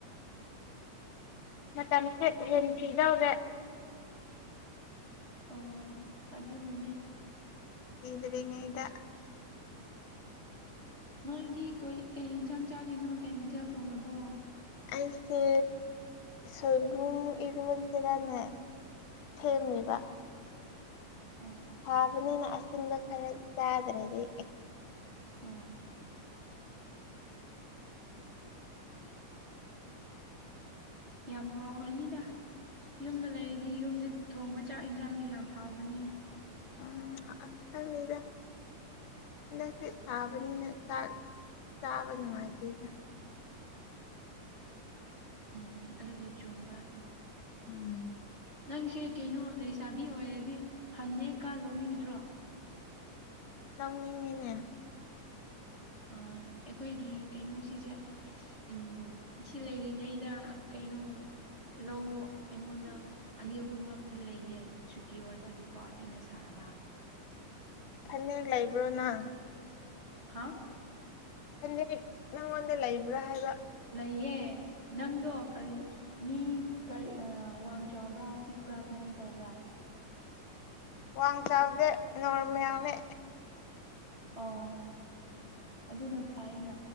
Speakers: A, on the left (about 75°); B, on the right (about 25°).
A: ꯃꯇꯝꯁꯦ ꯍꯦꯟ ꯊꯤꯗꯧꯔꯦ
B: ꯑꯥ ꯑꯗꯨꯅꯅꯦ
A: ꯏ꯭ꯔꯦꯉ ꯏꯗ
B: ꯅꯣꯏꯗꯤ ꯀꯣꯏ ꯀꯩ ꯌꯦꯟꯁꯥꯡ ꯆꯥꯗꯣꯏꯅꯣ ꯀꯩ ꯃꯊꯦꯜ ꯊꯣꯡꯉꯕꯣ
A: ꯑꯩꯁꯦ ꯁꯣꯏꯕꯨꯡ ꯏꯔꯣꯟ ꯁꯦꯔꯥꯅ ꯁꯦꯝꯃꯤꯕ
B: ꯑꯥ ꯑꯥ
A: ꯁꯥꯕꯅꯤꯅ
B: ꯑꯥ
A: ꯍꯟꯗꯛ ꯈꯔꯥ ꯆꯥꯗꯔꯗꯤ
B: ꯎꯝ ꯌꯥꯝ ꯍꯥꯎꯔꯅꯤꯗ ꯌꯨꯝꯗ ꯂꯩꯔꯗꯤ ꯌꯨꯝꯗ ꯊꯣꯡꯕ ꯆꯥꯛ ꯏꯟꯁꯥꯡꯗꯤ ꯌꯥꯝ ꯍꯥꯎꯕꯅꯤ
A: ꯎꯝ ꯑꯍ ꯈꯪꯗꯦꯗꯗ ꯍꯟꯗꯛꯁꯦ ꯁꯥꯕꯅꯤꯅ ꯆꯥꯛ ꯆꯥꯕ ꯅꯨꯡꯉꯥꯏꯇꯦꯗ
B: ꯑꯝ ꯑꯗꯨꯕꯨꯗꯤ ꯆꯨꯝꯕ
A: ꯎꯝ
B: ꯅꯪꯁꯦ ꯀꯩꯅꯣ ꯂꯩꯁꯥꯕꯤ ꯑꯣꯏꯔꯗꯤ ꯐꯟꯅꯦ ꯀꯥ ꯂꯧꯅꯤꯡꯗ꯭ꯔꯣ
A: ꯂꯧꯅꯤꯡꯉꯤꯅꯦ
B: ꯑ ꯑꯩꯈꯣꯏꯒꯤ ꯀꯩꯅꯣꯁꯤꯁꯦ ꯎꯝ ꯁꯤ ꯂꯩꯔꯤꯉꯩꯗ ꯀꯩꯅꯣ ꯂꯧꯋꯣ ꯑꯩꯉꯣꯟꯗ ꯑꯅꯤ ꯑꯍꯨꯝꯔꯛꯇꯤ ꯂꯩꯌꯦ ꯁꯨꯇꯤ ꯑꯣꯏꯕꯒꯤꯀꯣ ꯑꯩꯅ ꯁꯥꯕ
A: ꯐꯅꯦꯛ ꯂꯩꯕ꯭ꯔꯣ ꯅꯪ
B: ꯍꯥꯥ
A: ꯐꯅꯦꯛ ꯅꯉꯣꯟꯗ ꯂꯩꯕ꯭ꯔꯥ ꯍꯥꯏꯕ
B: ꯂꯩꯌꯦ ꯅꯪꯗꯣ ꯀꯔꯤꯅꯣ ꯃꯤ ꯀꯔꯤ ꯋꯥꯡ ꯆꯥꯎꯕ꯭ꯔꯥ ꯄꯤꯛꯄ꯭ꯔꯥ ꯀꯃꯥꯏ ꯇꯧꯕ꯭ꯔꯥ
A: ꯋꯥꯡ ꯆꯥꯎꯗꯦ ꯅꯣꯔꯝ ꯌꯥꯎꯅꯦ
B: ꯑꯣ ꯑꯗꯨꯅ ꯐꯥꯏꯅ